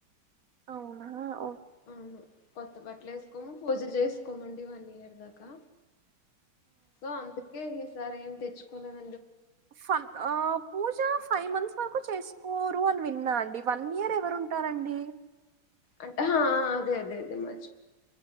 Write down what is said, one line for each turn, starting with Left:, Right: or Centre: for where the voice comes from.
Right: అవునా అవు
Left: అవును కొత్త బట్టలు వేసుకోము పూజ చేసుకోమండి వ ఇయర్ దాకా సో అందుకే ఈ సార్ ఏం తెచ్చుకోలేదు
Right: ఫ పూజ ఫైవ్ మంత్స్ వరకు చేసు కోరు అని విన్నా అండి వన్ ఇయర్ ఎవరు ఉంటారండి
Left: అ అదే అదే అదే మ్